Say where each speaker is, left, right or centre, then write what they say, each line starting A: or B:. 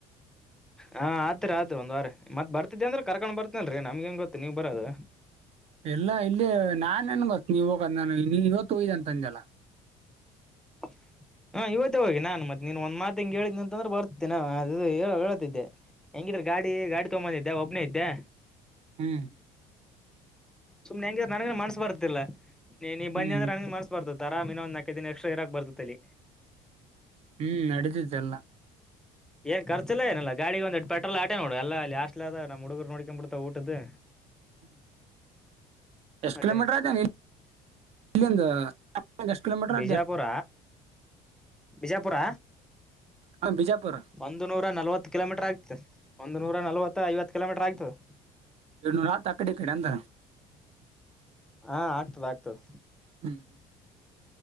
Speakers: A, in the centre; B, on the right.
A: ಹಾ ಆದರಿ ಆದ್ರರಿ ಒಂದವಾರ ಮತ್ ಬರ್ತಿದಿ ಅಂದ್ರ ಕರ್ಕೊಂಡ್ ಬರ್ತೇನ್ರರಿ ನಮ್ಗೆನ್ ಗೊತ್ತು ನೀವು ಬರೋದು.
B: ಎಲ್ಲಾ ಇಲ್ಲ ನಾನನ್ ಗೊತ್ತ ನೀವ ಹೋಗ ನ ನೀ ಇವತ್ತುಯ್ದ ಅಂತ ಅಂದಲ್ಲ.
A: <inaudible> ಹಾ ಇವತ್ತೇ ಹೋಗಿ ನಾನ್ ಮತ್ತೆ ನೀನ್ ಒಂದ್ ಮಾತಂಗೆ ಹೇಳಿದನಿ ಅಂತಂದ್ರೆ ಬರ್ತೇನೆ ಹೇಳ್ತಿದ್ದೆ. ಹೆಂಗಿದ್ರೆ ಗಾಡಿ ಗಾಡಿ ತಗೊಂದಿದ್ದೆ ಒಬ್ನೇ ಇದ್ದೆ.
B: ಹ್ಮ್.
A: ಸುಮನೆ ಹೆಂಗಿದ ನನನ್ ಮನ್ಸ್ಸ ಬರ್ತ್ತಲ್ಲ ನೀ ಬಂದಿ
B: ಹ್ಮ್
A: ನನ್ ಮನ್ಸ್ಸ. ಬರ್ತಾರರೀನ ಆರಾಮ್ ಈನೊಂದು ಒಂದ ನಾಕೈ ದಿನ ಎಕ್ಟ್ರಾ ಇಕ್ ಬರ್ತತಿಲ್ಲಿ.
B: ಹ್ಮ್ ನಡೆದಿದ್ದಲ್ಲ.
A: ಏನ್ ಖರ್ಚ್ ಇಲ್ಲಾ ಏನ ಇಲ್ಲಾ ಗಾಡಿ ಒಂದಂದು ಎಡ್ ಪೆಟ್ರೋಲ್ ಆಟ ನೋಡಿ ಅಲ್ಲ ಹಾಸ್ಟೇಲ್ ಅದ ಹುಗರು ನೋಡ್ಕೊಂಡ್ ಬಿಡ್ತದರು ಊಟದು.
B: ಹ್ಮ್ ಎಷ್ಟ್
A: ಮತ್ತೇನ
B: ಕಿಲೋಮೀಟರ್........ ಅದನೆ ಇಲ್ಲಿಂದ. ಎಷ್ಟು ಕಿಲೋಮೀಟರ್
A: ಬಿಜಾಪುರ
B: ಆದ್ಯಾನ
A: ಬಿಜಾಪುರ
B: ಹ ಬಿಜಾಪುರ್
A: ಒಂದು ನೂರ ನಲ್ವತ್ತು ಕಿಲೋಮೀಟರ್ ಆಗ್ತದೆ ಒಂದು ನೂರ ನಲ್ವತ್ತು ಐವತ್ತು ಕಿಲೋಮೀಟರ್ ಆಗ್ತದೆ
B: ಎರಡ್ನೂರ ಆತ ಆ ಕಡೆಡಿ ಕಡೆ ಅಂತ
A: ಹಾ ಆಗ್ತದ ಆಗ್ತದ
B: ಹ್ಮ್